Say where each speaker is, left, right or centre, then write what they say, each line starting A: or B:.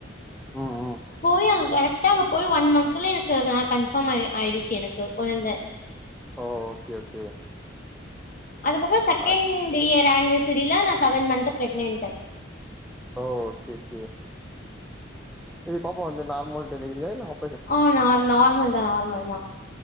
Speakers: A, in the centre; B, on the left.
A: ம் ம்
B: போய் அங்க கரெக் அங்க போய் ஒன் மந்த்ல எனக்கு கன்ஃபார்ம் ஆய் ஆயிடுச்சு எனக்கு கொழந்த
A: ஓகே ஓகே
B: அதுக்கப்ற செகண்ட்
A: அத்
B: இயர் அனிவசரில நான சவன் மன்த் ப்ரக்னன்ட்
A: ஒ ஓகே ஓகே செரி பாப்பா வந்து நார்மல் டெலிவரியா இல்ல ஆப்
B: ஆ ந நார்மல்தா நார்மல்தா